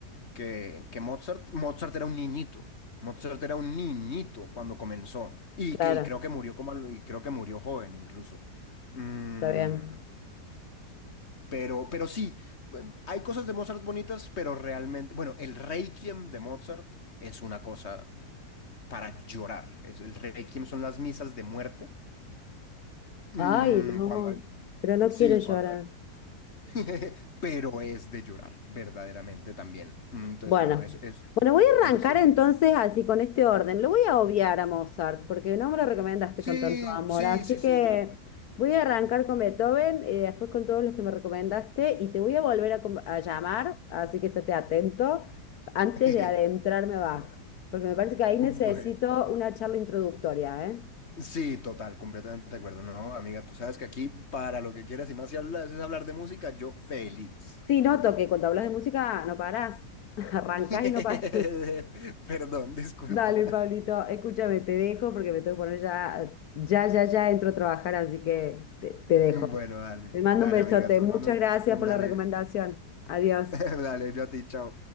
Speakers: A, on the left (about 40°); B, on the left (about 65°).
A: que, que Mozart. Mozart era un niñito. Mozart era un niñito cuando comenzó. Y,
B: claro,
A: que, y creo que murió como, a lo- y creo que murió joven incluso. Mm,
B: está bien.
A: pero, pero sí, bueno, hay cosas de Mozart bonitas, pero realmente, bueno, el Requiem de Mozart es una cosa para llorar. Es, el Requiem son las misas de muerte Mm,
B: Ay, no,
A: cuando hay-
B: pero no
A: sí,
B: quiero llorar.
A: cuando hay- <laughs> pero es de llorar, verdaderamente también. Mm, Entonces,
B: Bueno,
A: bueno, eso, eso,
B: bueno, voy a
A: eso
B: arrancar
A: sería.
B: entonces así con este orden. Lo voy a obviar a Mozart porque no me lo recomendaste
A: Sí,
B: con tanto amor,
A: sí,
B: así
A: sí, sí,
B: que
A: yo.
B: voy a arrancar con Beethoven, eh, después con todos los que me recomendaste y te voy a volver a, com- a llamar, así que estate atento antes
A: <laughs>
B: de adentrarme a Bach, porque me parece que ahí necesito
A: Bueno,
B: una charla introductoria, ¿eh?
A: sí, total, completamente de acuerdo. No, amiga, tú sabes que aquí para lo que quieras y más si hablas es hablar de música, yo feliz.
B: Sí, noto que cuando hablas de música no parás, <laughs> arrancás
A: <laughs>
B: y no parás.
A: Perdón, disculpa.
B: Dale, Pablito, escúchame, te dejo porque me tengo que poner ya, ya, ya, ya entro a trabajar, así que te, te dejo.
A: Bueno, dale,
B: Te mando
A: dale,
B: un besote.
A: amiga, tú
B: Muchas
A: mando
B: gracias
A: un-
B: por
A: dale,
B: la recomendación. Adiós.
A: <laughs> dale, yo a ti, chao.